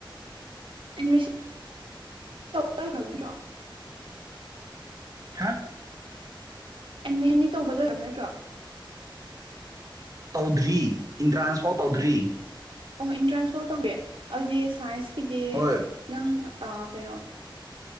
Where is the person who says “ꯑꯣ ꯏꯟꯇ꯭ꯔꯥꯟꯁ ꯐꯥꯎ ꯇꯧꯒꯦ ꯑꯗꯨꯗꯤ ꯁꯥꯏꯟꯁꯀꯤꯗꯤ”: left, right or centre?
Right